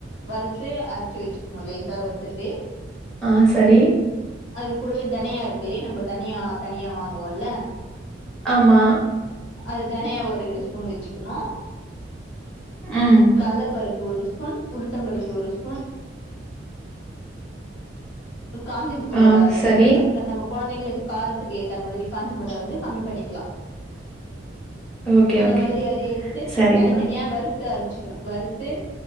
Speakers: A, on the left; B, in the centre.
A: வறுத்து அரைச்சு வச்சுக்ணு லேசா வறுத்துட்டு
B: ஆ சரி
A: அது கூடவே தனியா இருக்குல்லையா நம்ம தனியா தனியா வாங்குவோம்ல்ல
B: ஆமா
A: அது தனியா ஒரு ரெண்டு ஸ்பூன் வச்சுக்ணு
B: ம்.
A: கல்லப்பருப்பு ஒரு ஸ்பூன், உளுத்தம்பருப்பு ஒரு ஸ்பூன் காஞ்சின மொளகா
B: ஆ
A: ரெண்டு
B: சரி.
A: மொளகா நம்ம கொழந்தைங்களுக்கு காரத்துக்கு ஏத்த மாதிரி காஞ்ச மொளகா வந்து கம்மி பண்ணிக்லா
B: ஓகே,
A: அந்த
B: ஓகே.
A: மாதிரி அது எடுத்து
B: சரிப்பா
A: தனித்தனியா வறுத்து அரைச்சுக்ணு வறுத்து